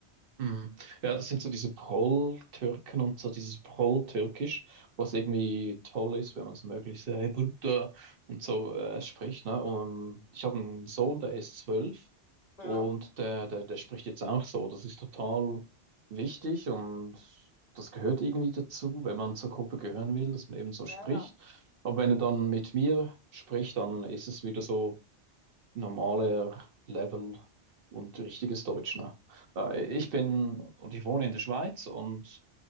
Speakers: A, on the right; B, on the left.
A: Mhm. Ja, das sind so diese Prol-Türken und so dieses Prol-Türkisch, was irgendwie toll ist, wenn man es möglichst äh, hey, Bruder und so äh, spricht. Ne? Und ich habe einen Sohn, der ist zwölf
B: Ja.
A: und der, der, der spricht jetzt auch so. Das ist total wichtig und das gehört irgendwie dazu, wenn man zur Gruppe gehören will, dass man eben so spricht.
B: Ja, ja,
A: Aber wenn er dann mit mir spricht, dann ist es wieder so normaler Level und richtiges Deutsch, ne? Äh, Ich bin und ich wohne in der Schweiz und,